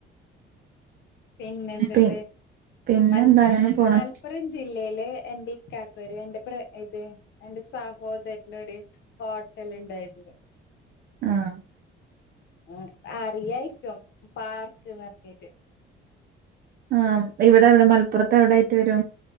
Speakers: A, on the left (about 60°); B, on the right (about 45°).
A: പിന്നെന്ത്ണ്ട്
B: പി പിന്നെന്താ
A: മൽപ്ര
B: അങ്ങനെ പോണ്
A: മൽപ്പുറം ജില്ലേ ല് എന്റെ ഇക്കാക്കൊര് എന്റെ ബ്ര ഇത് എന്റെ സഹോദരന് ഒരു ഹോട്ടല്ണ്ട് <unintelligible>
B: ആ
A: ഉ അറിയായിരിക്കും പാർക്ക്ന്ന്റഞ്ഞിട്ട്
B: ആ ഇവിടെവിടെ മൽപ്പുറത്ത് എവിടൊയിട്ട് വരും